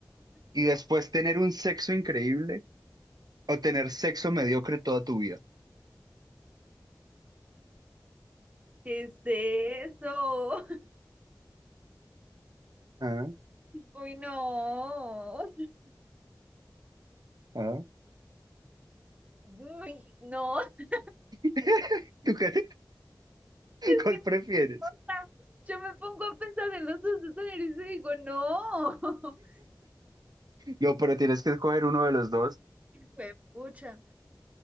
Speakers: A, on the right; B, on the right.
A: y después tener un sexo increíble o tener sexo mediocre toda tu vida?
B: ¿qué es eso?
A: Ah,
B: Uy, no.
A: ah.
B: Uy, no, <laughs> es
A: <laughs> ¿Tú qué,
B: que
A: cuál
B: no,
A: prefieres?
B: o sea, yo me pongo a pensar en los dos escenarios y digo, no. <laughs>
A: No, pero tienes que escoger uno de los dos.
B: Fue pucha.